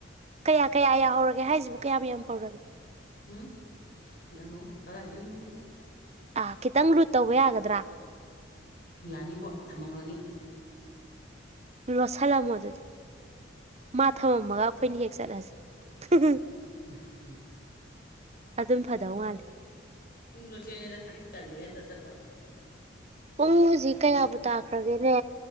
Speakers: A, on the right (about 35°); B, on the left (about 50°).
A: ꯀꯌꯥ ꯀꯌꯥ ꯌꯥꯍꯧꯔꯒꯦ ꯍꯥꯏꯁꯤꯕꯨ ꯀꯌꯥ ꯌꯥꯝ ꯍꯧꯧꯔꯒꯦ
B: ꯎꯝ ꯌꯥꯝ ꯍꯥꯎꯋꯣꯏ ꯀꯔꯥꯏ ꯂꯩꯔꯤꯃꯣ ꯈꯪꯗꯦ
A: ꯑꯥ ꯈꯤꯇꯪ ꯔꯨꯠ ꯇꯧꯕ ꯌꯥꯒꯗ꯭ꯔꯥ
B: ꯌꯥꯅꯤꯕꯣ ꯊꯝꯐꯝ ꯈꯪꯉꯤ
A: ꯂꯣꯠꯁꯤꯜꯂꯝꯃꯣ ꯑꯗꯨꯗꯤ ꯃꯥ ꯊꯝꯃꯝꯃꯒ ꯑꯩꯈꯣꯏꯅ ꯍꯦꯛ ꯆꯠꯂꯁꯦ <unintelligible>
B: <unintelligible>
A: ꯑꯗꯨꯝ ꯐꯗꯧ ꯃꯥꯟꯂꯦ
B: ꯄꯨꯡꯗꯣ ꯊꯦꯡꯉꯦꯗ ꯑꯪ ꯇꯜꯂꯛꯑꯦꯗ ꯆꯠꯄ
A: ꯄꯨꯡ ꯍꯧꯖꯤꯛ ꯀꯌꯥꯕꯨ ꯇꯥꯈ꯭ꯔꯒꯦꯅꯦ